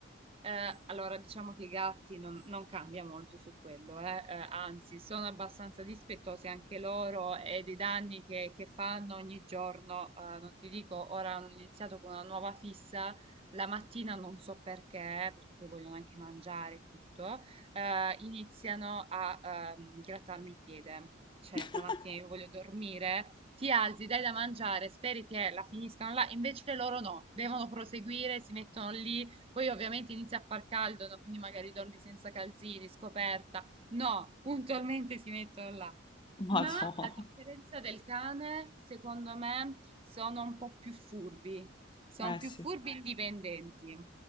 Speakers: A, on the right; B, on the left.
A: eh, allora diciamo che i gatti non, non cambia molto su quello, eh. Eh, anzi sono abbastanza dispettosi anche loro e dei danni che, che fanno ogni giorno, eh, non ti dico, ora hanno iniziato con una nuova fissa, la mattina non so perché, perché poi vogliono anche mangiare e tutto, eh, iniziano a ehm, grattarmi il piede. Cioè,
B: <laughs>
A: la mattina io voglio dormire, ti alzi, dai da mangiare, speri che la finiscano là, invece loro no, devono proseguire, si mettono lì, poi ovviamente inizia a far caldo, no? Quindi magari dormi senza calzini, scoperta. No, puntualmente si mettono là.
B: Madonna.
A: Ma a differenza del cane, secondo me sono un po' più furbi, sono
B: Eh
A: più
B: sì.
A: furbi e indipendenti.